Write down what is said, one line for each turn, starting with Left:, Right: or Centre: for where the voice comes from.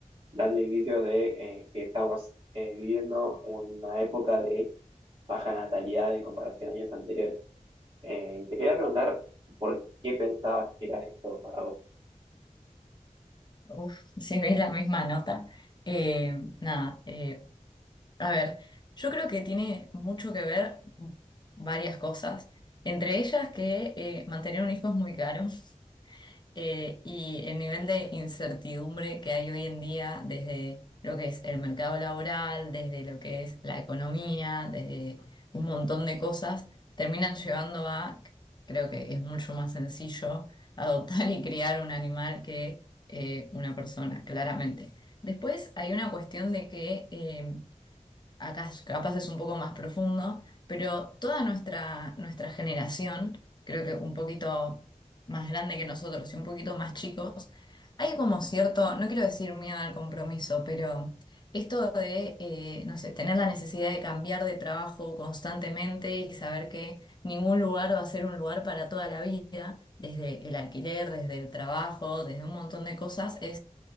Right: dando indicios de eh, que estamos eh, viviendo una época de baja natalidad en comparación a años anteriores? Eh, te quería preguntar por qué pensabas que era esto para vos.
Left: Uf, si veis la misma nota. Eh, nada, eh, a ver, yo creo que tiene mucho que ver varias cosas. Entre ellas que eh, mantener un hijo es muy caro eh, y el nivel de incertidumbre que hay hoy en día desde lo que es el mercado laboral, desde lo que es la economía, desde un montón de cosas, terminan llevando a, creo que es mucho más sencillo <laughs> adoptar y criar un animal que eh, una persona, claramente. Después hay una cuestión de que eh, acá es- capaz es un poco más profundo, pero toda nuestra, nuestra generación, creo que un poquito más grande que nosotros y un poquito más chicos, hay como cierto, no quiero decir miedo al compromiso, pero esto de, eh, no sé, tener la necesidad de cambiar de trabajo constantemente y saber que ningún lugar va a ser un lugar para toda la vida, desde el alquiler, desde el trabajo, desde un montón de cosas,